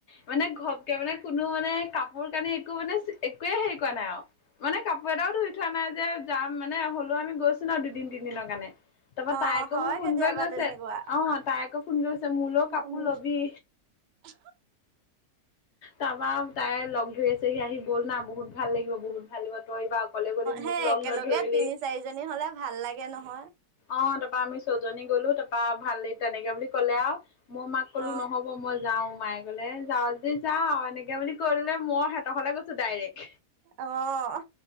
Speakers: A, on the left; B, on the right.
A: মানে ঘপকে মানে কোনো মানে কাপোৰ-কানি একো মানে একোৱে হেৰি কৰা নাই আৰু মানে কাপোৰ এটাও ধুই থোৱা নাই যে। যাম মানে হ'লেও আমি গৈছো ন দুদিন, তিনিদিনৰ কাৰণে। তাৰপৰা
B: অ'
A: তাই আকৌ
B: হয়
A: মোক ফোন
B: কেতিয়াবা
A: কৰি কৈছে
B: তেনেকুৱা।
A: অ' তাই আকৌ ফোন কৰি কৈছে মোলৈ কাপোৰ
B: অ
A: লবি।
B: <unintelligible>
A: তাৰপা তাই লগ ধৰি আছেহি আহি ব'ল না বহুত ভাল লাগিব বহুত ভাল লাগিব। তই ইবাৰ অকলে গলি মোক
B: সেই
A: লগ
B: একেলগে
A: নধৰিলি।
B: তিনি চাৰিজনী হলে ভাল লাগে নহয়
A: অ' তাৰপা আমি ছজনী গলো তাৰপা ভাল তেনেকে বুলি কলে আৰু মই মাক ক'লো
B: অ
A: নহ'ব মই যাও মায়ে কলে যাও যদি যা আৰু এনেকে বুলি কৈ দিলে। মই হেতঁৰ ঘৰলে গৈছো ডাইৰেক্ট।
B: অ'।